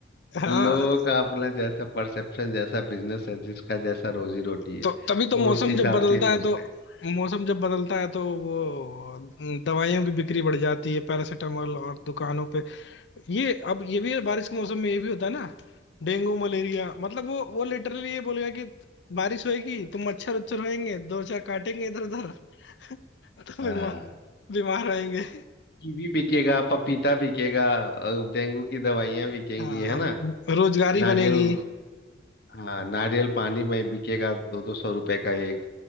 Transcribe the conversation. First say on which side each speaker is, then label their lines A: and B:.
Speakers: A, on the left; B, on the left.
A: हाँ
B: लोग का अपना जैसा परसेप्शन जैसा बिजनेस है जिसका जैसा रोजी रोटी है
A: तो तभी तो
B: वो
A: मौसम
B: उस हिसाब
A: जब बदलता
B: से ही सोचते
A: है तो
B: हैं
A: मौसम जब बदलता है तो वो दवाइयों की बिक्री बढ़ जाती है पैरासीटामोल और दुकानों पे ये अब ये भी है, बारिश के मौसम में ये भी होता है ना डेंगू मलेरिया मतलब वो वो लिटरली ये बोलेगा कि बारिश होएगी तो मच्छर उच्छर होएंगे दो चार काटेंगे इधर उधर <laughs> तो
B: हाँ
A: बीमार बीमार रहेंगे
B: कीवी बिकेगा पपीता बिकेगा अ, डेंगू की दवाइयाँ बिकेंगी
A: हाँ
B: है ना
A: रोजगारी बनेगी
B: नारियल हाँ नारियल पानी में बिकेगा दो दो सौ रुपए का एक